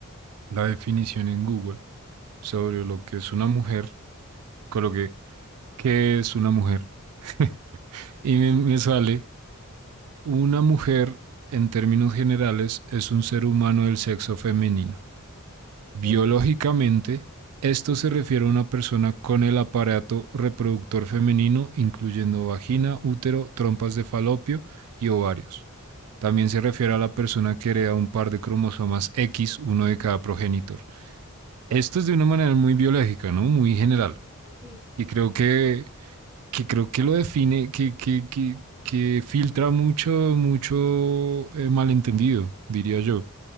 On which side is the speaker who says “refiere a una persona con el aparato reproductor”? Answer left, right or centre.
Right